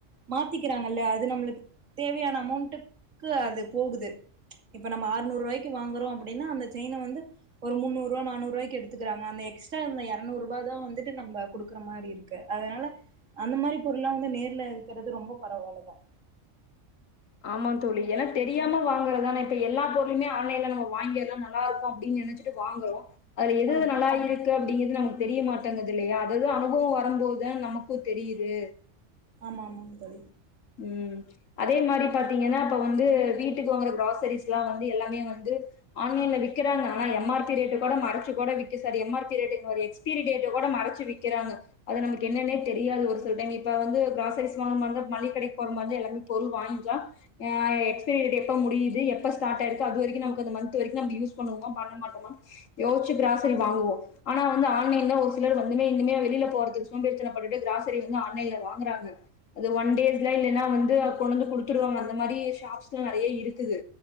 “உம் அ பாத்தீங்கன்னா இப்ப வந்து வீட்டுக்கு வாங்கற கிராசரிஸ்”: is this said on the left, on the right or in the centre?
Left